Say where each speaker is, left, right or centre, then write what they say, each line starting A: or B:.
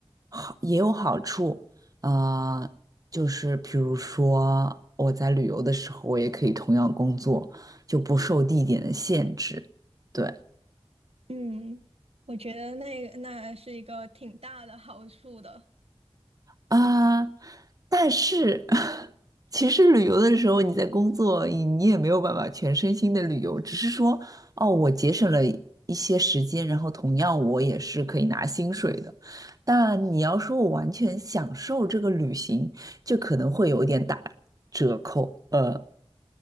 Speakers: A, on the right; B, on the right.
A: 好也有好处，啊，就是比如说我在旅游的时候，我也可以同样工作，就不受地点的限制。对。
B: 嗯，我觉得那那是一个挺大的 <laughs> 好处的。
A: 啊，但是 <laughs> 其实旅游的时候你在工作，你你也没有办法全身心的旅游，只是说哦，我节省了一些时间，然后同样我也是可以拿薪水的。但你要说我完全享受这个旅行，就可能会有一点打折扣。呃，